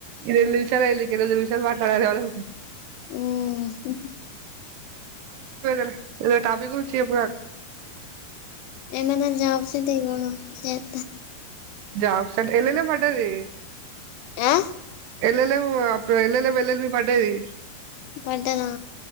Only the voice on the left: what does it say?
ఊ హూ హూ
ఏమన జాబ్ ఉంటే చూడు చేత
ఆ
పడ్డదా